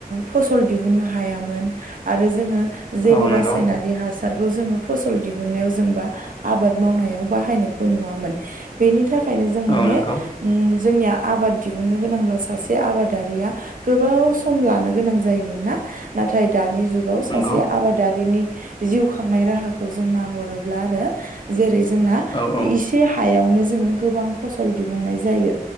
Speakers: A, on the right; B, on the left.
A: फसल दिहुननो हायामोन आरो जोङो जेबो
B: औ
A: रासायनारि
B: नंगौ
A: हासारखौ जोङो फसल दिहुनायाव जोंबा आबाद मावनायाव बाहायनायखौ नुवामोन बेनि थाखायनो जों माने
B: औ नंगौ
A: उम जोंनिया आबाद दिहुननो गोनांब्ला सासे आबादारिया गोबाव सम लानो गोनां जायोमोन ना नाथाय दानि जुग गाव सासे
B: नंगौ
A: आबादारिनि जिउ खांनाय राहाखौ जों नाहरोब्ला आरो जेरै जोंना
B: औ औ
A: इसे हायावनो जोङो गोबां फसल दिहुननाय जायो